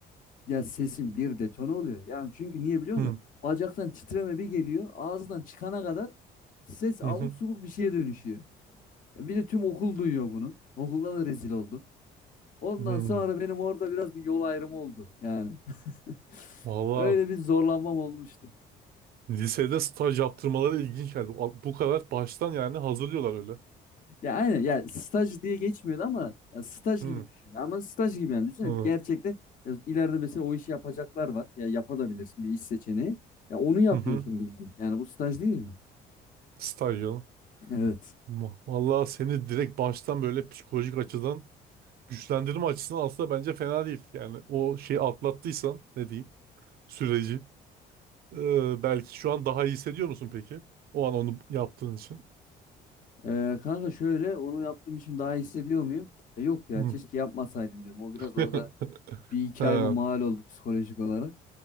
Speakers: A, on the left; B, on the right.
A: Ya sesin bir detone oluyor. Yani çünkü niye biliyor
B: Hı
A: musun? Bacaktan titreme bir geliyor. Ağızdan çıkana kadar ses abuk
B: hı hı.
A: subuk bir şeye dönüşüyor. E, Bir de tüm okul duyuyor bunu. Okulda da rezil oldum. Ondan
B: hı.
A: sonra benim orada biraz bir yol ayrımı oldu yani. <laughs>
B: Valla
A: Öyle bir zorlanmam olmuştu.
B: lisede staj yaptırmaları ilginç geldi. A- Bu kadar baştan yani hazırlıyorlar öyle.
A: Ya aynen ya staj diye geçmiyordu ama ya staj
B: Hı
A: gibi düşün. Ama staj gibi yani düşünün
B: hı
A: gerçekten ya ileride mesela o işi yapacaklar var. Ya yapabilirsin bir iş seçeneği. Ya onu yapıyorsun
B: hı. hı.
A: bildiğin. Yani bu staj değil mi?
B: Staj canım.
A: Evet.
B: Ma- Valla seni direkt baştan böyle psikolojik açıdan güçlendirme açısından aslında bence fena değil. Yani o şeyi atlattıysan ne diyeyim süreci. Ee, belki şu an daha iyi hissediyor musun peki? O an onu yaptığın için.
A: Ee, kanka şöyle onu yaptığım için daha iyi hissediyor muyum? Ya yok ya
B: Hı.
A: keşke yapmasaydım diyorum. O biraz
B: <laughs>
A: orada bir iki
B: Ha,
A: ayıma mal oldu psikolojik olarak.